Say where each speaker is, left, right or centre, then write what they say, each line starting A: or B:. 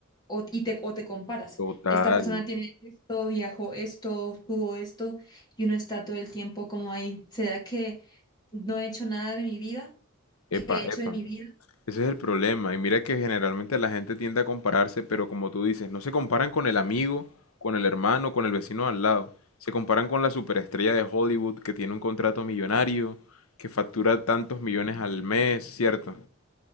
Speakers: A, on the left; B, on the left.
A: O, y te, o te comparas.
B: Total.
A: Esta persona tiene esto, viajó esto, tuvo esto, y uno está todo el tiempo como ahí. ¿Será que no he hecho nada de mi vida?
B: Epa,
A: ¿Qué he hecho
B: epa.
A: de mi vida?
B: Ese es el problema. Y mira que generalmente la gente tiende a compararse, pero como tú dices, no se comparan con el amigo, con el hermano, con el vecino al lado. Se comparan con la superestrella de Hollywood que tiene un contrato millonario, que factura tantos millones al mes, ¿cierto?